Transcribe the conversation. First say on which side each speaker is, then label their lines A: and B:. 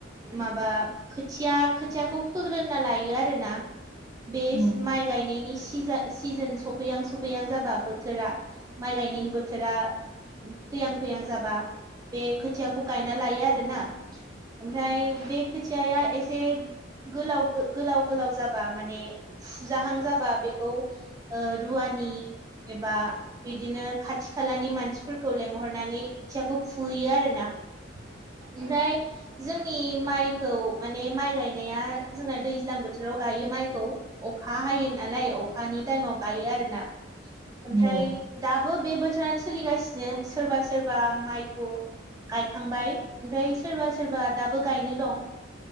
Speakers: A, on the right (about 20°); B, on the right (about 70°).
A: माबा खोथिया खोथियाखौ फोग्रोना लायो आरोना बे
B: औ
A: माइ गायनायनि सि सिजा सिजोन सफैहां सौफैहां जाबा बोथोरा माइ गायनायनि बोथोरा फैहां फैहां जाबा बे खोथियाखौ गायना लायो आरोना। ओमफ्राय बे खोथियाया एसे गोलाव-गो-गोलाव-गोलाव जाबा माने फुजाहां जाबा बेखौ ओ रुवा नि एबा बिदिनो खाथि खालानि मानसिफोरखौ लेंहरनानै खोथियाखौ फुयो आरोना।
B: <inaudible>
A: ओमफ्राय जोंनि माइखौ माने माइ गाय नाया जोंना दैज्लां बोथोराव गायो माइखौ अखा हायो नालाय अखानि टाइमाव गायो आ रोना ओमफ्राय
B: औ
A: दाबो बे बोथोरानो सोलिगासिनो सोरबा सोरबा माइखौ गायखांबाय ओमफ्राय सोरबा सोरबा दाबो गायनो दं।